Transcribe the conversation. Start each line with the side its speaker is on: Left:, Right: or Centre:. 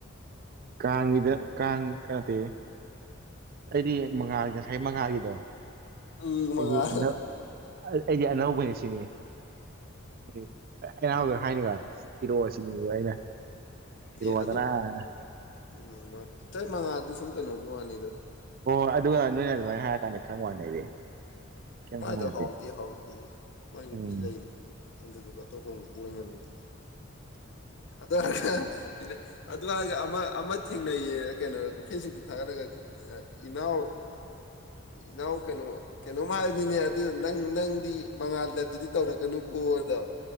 Right: ꯀꯥꯡꯒꯤꯗ ꯀꯥꯡ ꯀꯇꯦ ꯑꯩꯗꯤ ꯃꯉꯥꯜꯒꯤ ꯉꯁꯥꯏ ꯃꯉꯥꯜꯒꯤꯗꯣ
Left: ꯎꯝ
Right: ꯑꯩꯗꯤ
Left: ꯃꯉꯥꯜ
Right: ꯍꯟꯗꯛ ꯑꯩ ꯑꯩꯗꯤ ꯑꯅꯧꯕꯅꯦ ꯁꯤꯅꯤ <unintelligible> ꯏꯔꯛꯑꯣ ꯁꯤꯅꯤꯗ ꯑꯩꯅ ꯐꯤꯔꯣꯗꯅꯥꯅ
Left: ꯑꯦ ꯑꯗꯨ ꯎꯝ ꯃꯥ ꯏꯇꯩꯃꯉꯥꯗꯨꯁꯨ ꯁꯨꯝ ꯀꯩꯅꯣꯒꯤ ꯋꯥꯅꯤꯗ
Right: ꯍꯣ ꯑꯗꯨꯉꯥꯟꯗꯨꯏꯅꯦ ꯑꯗꯨꯃꯥꯏꯅ ꯍꯥꯏꯔꯀꯥꯟꯗ ꯈꯪ ꯋꯥꯥꯟꯅꯤꯗꯥ ꯑꯩꯗꯤ ꯀꯩꯝ
Left: ꯃꯥꯏꯗꯣ
Right: ꯈꯪꯕꯣꯟꯇꯦ
Left: ꯍꯥꯎꯗꯤ ꯍꯥꯎꯇꯦ ꯃꯣꯏ ꯅꯨꯄꯤ
Right: ꯎꯝ
Left: ꯂꯩꯔꯤ ꯑꯗꯨꯗꯨꯒ ꯑꯇꯣꯞꯄ ꯑꯃꯨꯛ ꯀꯣꯏꯅꯔꯝꯃꯤꯗꯣ ꯑꯗꯨ <unintelligible> ꯑꯗꯨꯍꯥꯏꯖꯩ ꯑꯃ ꯑꯃ ꯊꯦꯡꯅꯩꯌꯦ ꯀꯩꯅꯣ ꯐꯦꯁꯕꯨꯛꯇ ꯊꯥꯒꯠꯂꯒ ꯑꯥ ꯏꯅꯥꯎ ꯏꯅꯥꯎ ꯀꯩꯅꯣ ꯀꯩꯅꯣꯝ ꯍꯥꯏ ꯅꯤꯅꯦ ꯑꯗꯨ ꯅꯪ ꯅꯪꯗꯤ ꯃꯉꯥꯜꯗꯗꯨꯗꯤ ꯇꯧꯔꯛꯀꯅꯨꯀꯣ ꯑꯗꯣ